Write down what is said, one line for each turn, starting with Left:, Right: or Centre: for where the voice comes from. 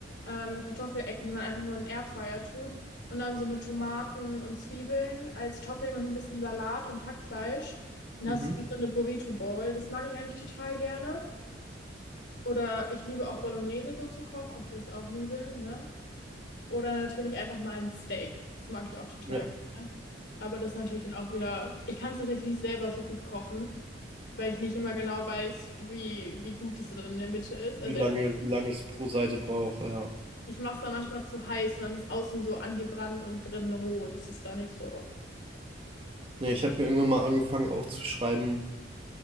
Left: ähm, Kartoffelecken, die man einfach nur in den Airfryer tut. Und dann so mit Tomaten und Zwiebeln als Topping und ein bisschen Salat und Hackfleisch. Dann
Right: Mhm.
Left: hast du wie so eine Burrito Bowl. Das mag ich eigentlich total gerne. Oder ich liebe auch Bolognese so zu kochen. Okay, ist auch Nudeln, ne? Oder natürlich einfach mal ein Steak. Das mag ich auch total
Right: Ja,
Left: gerne. Aber das ist natürlich dann auch wieder, ich kann es tatsächlich nicht selber so gut kochen, weil ich nicht immer genau weiß, wie, wie gut es dann in der Mitte ist.
Right: wie
Left: Also
Right: lange, wie lange es pro Seite braucht, ja.
Left: ich mache es dann manchmal zu heiß und dann ist außen so angebrannt und drinnen roh. Das ist da nicht so.
Right: Ja, ich habe mir irgendwann mal angefangen aufzuschreiben,